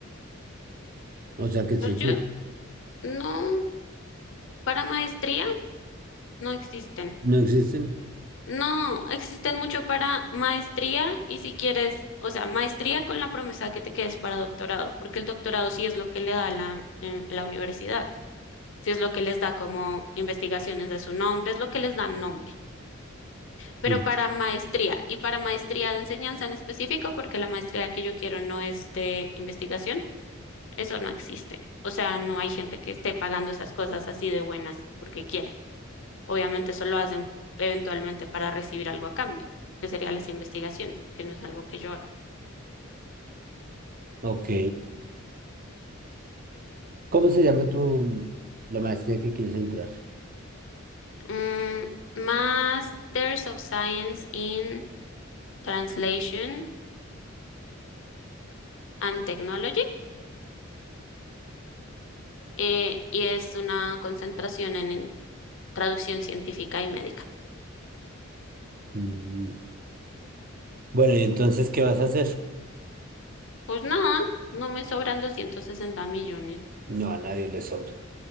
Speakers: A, on the right (about 45°); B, on the left (about 65°).
A: O sea que sí
B: pues
A: existen.
B: yo no, para maestría no existen.
A: ¿No existen?
B: No, existen mucho para maestría y si quieres, o sea, maestría con la promesa de que te quedes para doctorado, porque el doctorado sí es lo que le da la, em, la universidad, sí es lo que les da como investigaciones a su nombre, es lo que les da nombre, pero
A: Sí.
B: para maestría y para maestría de enseñanza en específico, porque la maestría que yo quiero no es de investigación, eso no existe. O sea, no hay gente que esté pagando esas cosas así de buenas porque quiere. Obviamente eso lo hacen eventualmente para recibir algo a cambio, que serían las investigaciones, que no es algo que yo hago.
A: Ok. ¿Cómo se llama tu, la maestría que quieres entrar?
B: Mm, Masters of Science in Translation and Technology, eh, y es una concentración en, en traducción científica y médica.
A: Mm, Bueno, ¿y entonces qué vas a hacer?
B: Pues nada, no me sobran doscientos sesenta millones.
A: No, a nadie le sobra.